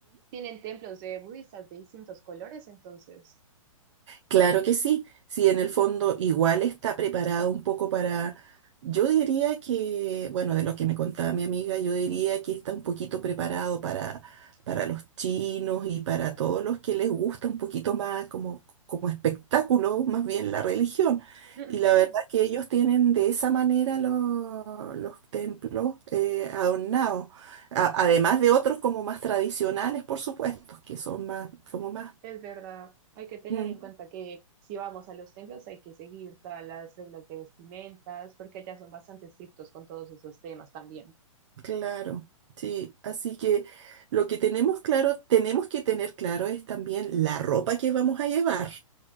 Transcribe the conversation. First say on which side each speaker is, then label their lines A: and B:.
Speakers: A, on the right (about 35°); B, on the right (about 60°).
A: tienen templos de budistas de distintos colores, entonces.
B: Claro que sí, Si en el fondo igual está preparado un poco para, yo diría que, bueno, de lo que me contaba mi amiga, yo diría que está un poquito preparado para, para los chinos y para todos los que les gusta un poquito más como, como espectáculo, más bien la religión.
A: <laughs>
B: Y la verdad que ellos tienen de esa manera lo- los templos eh, adornados, A- además de otros como más tradicionales, por supuesto, que son más, como más...
A: Es verdad, hay que tener
B: mm,
A: en cuenta que si vamos a los templos hay que seguir todas las reglas de vestimentas, porque allá son bastante estrictos con todos esos temas también. <laughs>
B: Claro, sí. Así que lo que tenemos claro, tenemos que tener claro es también la ropa que vamos a llevar.